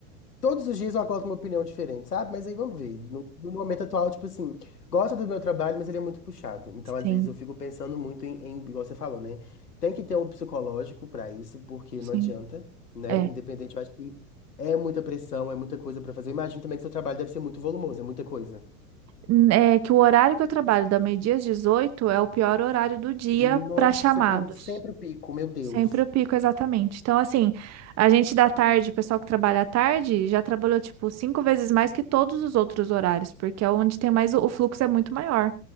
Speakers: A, on the left; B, on the right.
A: Todos os dias eu acordo com uma opinião diferente, sabe? Mas aí vamos ver. No, no momento atual, tipo assim, gosto do meu trabalho, mas ele é muito puxado. Então, às
B: Sim,
A: vezes, eu fico pensando muito em, em, igual você falou, né? Tem que ter um psicológico pra isso, porque
B: sim.
A: não adianta, né?
B: É.
A: Independente, eu acho que é muita pressão, é muita coisa pra fazer. Imagino também que seu trabalho deve ser muito volumoso, é muita coisa.
B: N- É que o horário que eu trabalho, da meio-dia às 18, é o pior horário do dia
A: Nossa,
B: para chamados.
A: você pega sempre o pico, meu Deus.
B: Sempre o pico, exatamente. Então, assim, a gente da tarde, o pessoal que trabalha à tarde, já trabalhou, tipo, cinco vezes mais que todos os outros horários, porque é onde tem mais, o o fluxo é muito maior.